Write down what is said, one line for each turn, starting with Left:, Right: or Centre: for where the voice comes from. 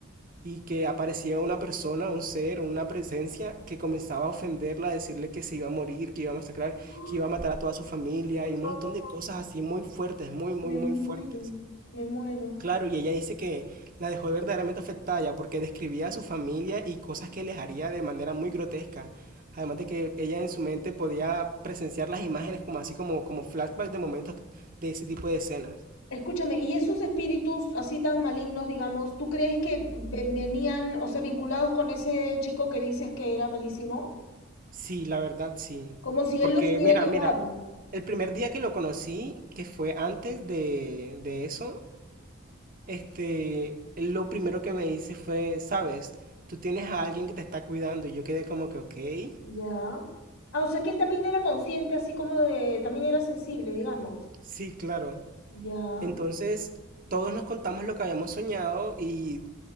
Right: y que aparecía una persona, un ser, una presencia que comenzaba a ofenderla, a decirle que se iba a morir, que iba a masacrar,
Left: ¡Ah!
Right: que iba a matar a toda su familia
Left: Por
Right: y un
Left: favor,
Right: montón
Left: por
Right: de
Left: favor,
Right: cosas
Left: por favor.
Right: así muy fuertes, muy, muy,
Left: me
Right: muy
Left: muero.
Right: fuertes.
Left: Me muero.
Right: Claro, y ella dice que la dejó verdaderamente afectada ya porque describía a su familia y cosas que les haría de manera muy grotesca. Además de que ella en su mente podía presenciar las imágenes como así como, como flashbacks de momentos de ese tipo de escenas.
Left: Escúchame, ¿y esos espíritus así tan malignos, digamos, tú crees que ve- venían, o sea, vinculados con ese chico que dices que era malísimo?
Right: Sí, la verdad sí.
Left: Como si
Right: Porque
Left: él los hubiera
Right: mira,
Left: llevado.
Right: mira, el primer día que lo conocí, que fue antes de, de eso, este, él lo primero que me dice fue, sabes, tú tienes a alguien que te está cuidando y yo quedé como que, ok,
Left: Ya. Ah, o sea que él también era consciente, así como de, también era sensible, digamos.
Right: sí, claro.
Left: Ya,
Right: Entonces, todos nos contamos lo que habíamos soñado y